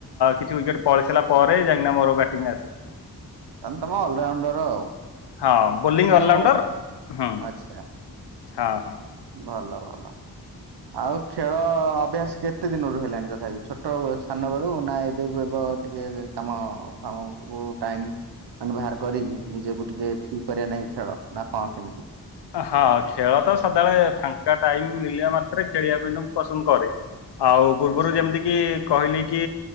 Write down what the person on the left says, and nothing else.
କିଛି ୱିକେଟ ପଳେଇଗଲା ପରେ ଯାହିଁକିନା ମୋର ବ୍ୟାଟିଂଆସେ।
ହଁ ବୋଲିଂ
ଅଲରାଉଣ୍ଡର ହଁ
ହଁ ହଁ।
ହଁ ଖେଳ ତ ସଦାବେଳେ ଫାଙ୍କା ଟାଇମ ମିଳିବା ମାତ୍ରେ ଖେଳିବା ପାଇଁ ତ ମୁଁ ପସନ୍ଦ କରେ। ଆଉ ପୂର୍ବରୁ
ଯେମିତି କି କହିଲି କି